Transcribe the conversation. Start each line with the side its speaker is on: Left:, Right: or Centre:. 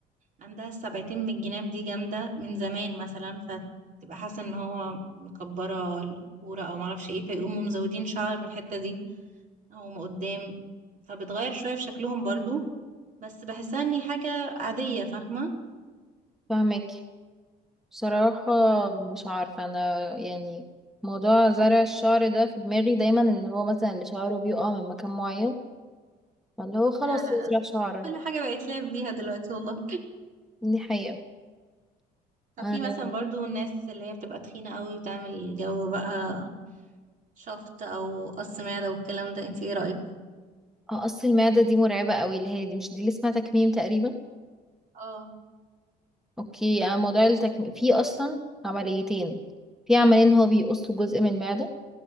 Right: عندها السبعتين من الجناب دي جامدة من زمان مثلا فتبقى حاسة ان هو مكبرة القورة او معرفش ايه فيقوموا مزودين شعر من الحتة دي او من قدام فبتغير شوية في شكلهم برضو بس بحسها اني حاجة عادية فاهمة
Centre: فاهمك بصراحه
Right: ب-
Centre: مش عارفه انا يعني موضوع زرع الشعر ده في دماغي دايما ان هو مثلا اللي شعره بيقع من مكان معين فاللي هو خلاص
Right: لا لا
Centre: يزرع شعر
Right: كل حاجة بقت لعب بيها دلوقتي والله
Centre: دي حقيقة
Right: طب
Centre: آه،
Right: في مثلا برضو الناس اللي هي بتبقى تخينة قوي وتعمل جو بقى شفط او قص معدة والكلام ده انت ايه رأيك؟
Centre: قص المعدة دي مرعبة قوي اللي هي دي مش دي اللي اسمها تكميم تقريبا
Right: اه
Centre: اوكي آه، موضوع التكميم في اصلا عمليتين في عملية ان هو بيقص جزء من المعدة